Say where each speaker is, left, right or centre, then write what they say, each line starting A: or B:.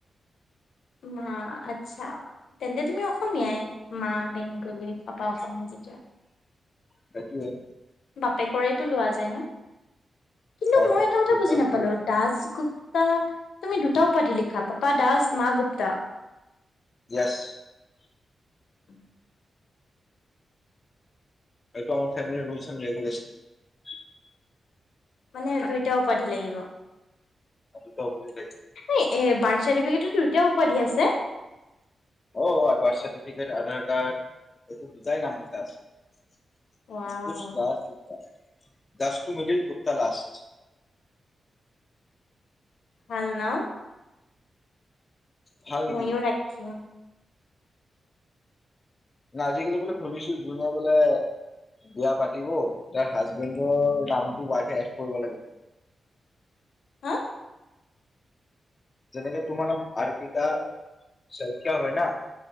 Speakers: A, on the left; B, on the left.
A: মা, আচ্ছা। তেন্তে তুমি অসমীয়াই, মা বেংগ গলি, পাপা অসমীয়া যেতিয়া।
B: সেইটোৱে।
A: বাপেকৰে লোৱা যায় ন। কিন্তু
B: হয়
A: মই
B: হয়
A: এটা কথা
B: দেউতাকে
A: বুজি নাপালো,
B: লোৱা
A: দাস, গুপ্তা! তুমি দুটা উপাধি লিখা, পাপা দাস, মা গুপ্তা।
B: য়েছ
A: উম।
B: সেইটো আমাৰ ফেমেলিৰ ৰুলছ এণ্ড ৰেগুলেচন।
A: মানে দুইটা উপাধি লাগিব?
B: <inaudible>
A: এই এ, বাৰ্থ চাৰ্টিফিকেটটো দুইটাই উপাধি আছে?
B: অ', বাৰ্থ চাৰ্টিফিকেট, আধাৰ কাৰ্ড এইটো দুটাই নাম লিখা আছে। <unintelligible>
A: ৱাও
B: দাস গুপ্তা। দাসটো মিডিল, গুপ্তা লাষ্ট।
A: ভাল, ন।
B: ভাল নেকি?
A: ময়ো ৰাখিম।
B: নাই, আজিকালি বোলে শুনিছো, যোনে বোলে বিয়া পাতিব তাৰ হাজবেণ্ডৰ নাম টো ৱাই-ফাই এড কৰিব লাগিব।
A: হা?
B: যেনেকে তোমাৰ অৰ্পিতা শইকীয়া হয় না?